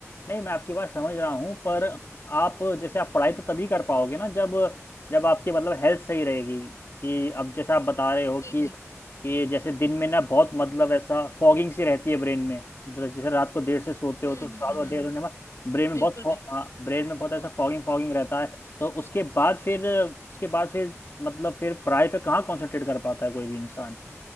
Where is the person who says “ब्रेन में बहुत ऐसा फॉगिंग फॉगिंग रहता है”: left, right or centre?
Left